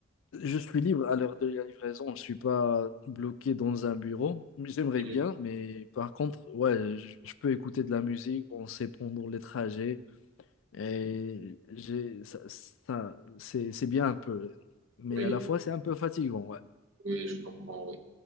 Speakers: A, on the left (about 80°); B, on the right (about 70°).
A: je suis libre à l'heure de la livraison. Je ne suis pas bloqué dans un bureau. J'aimerais
B: Mhm.
A: bien, mais par contre, ouais, je je peux écouter de la musique, on sait pendant les trajets. Et j'ai, ça, ça- c'est, c'est bien un peu. Mais
B: Oui,
A: à la fois, c'est un peu fatigant, ouais.
B: oui, je comprends, oui.